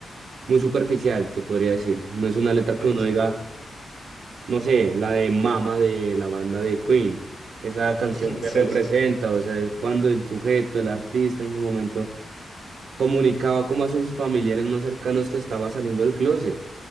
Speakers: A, on the right (about 70°); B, on the left (about 50°).
A: muy superficial, se podría decir. No es una letra
B: exacto.
A: que uno diga, no sé, la de Mama de la banda de Queen, esa canción
B: <laughs>
A: que
B: Sí,
A: representa,
B: sí, sí.
A: o sea, es cuando el sujeto, el artista en su momento, comunicaba como a sus familiares más cercanos que estaba saliendo del closet.